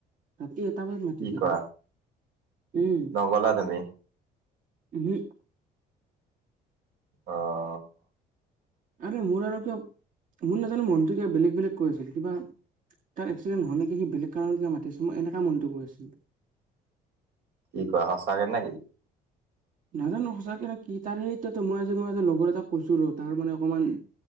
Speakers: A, on the right; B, on the right.
A: ৰাতি এটা বজাত মাতিছে
B: কি কোৱা
A: উম
B: নগলা তুমি
A: উহু,
B: অ,
A: আৰে মোৰ আৰু কিয় মোৰ নাজানো মনটো কিয় বেলেগ বেলেগ কৈ আছিল কিবা, তাৰ এক্সিডেণ্ট হোৱা নাই নেকি সি বেলেগ কাৰণ কি মাতিছিল মই এনেকা মনটো গৈ আছিল।
B: কি কোৱা সঁচাকৈ নেকি।
A: নাজানো সঁচাকে নে কি তাৰে সতো মই আজ মই এটা লগৰ এটা কৈছো ৰ তাৰ মানে অকণমান।